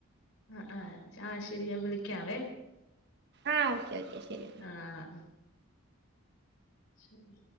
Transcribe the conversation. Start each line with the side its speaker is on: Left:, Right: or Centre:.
Left: ആ ആഹ് ആ ശരി ഞാൻ വിളിക്കാവേ
Right: ആഹ് ഓക്കെ ഓക്കെ ശരി
Left: ആ ഉം ശരി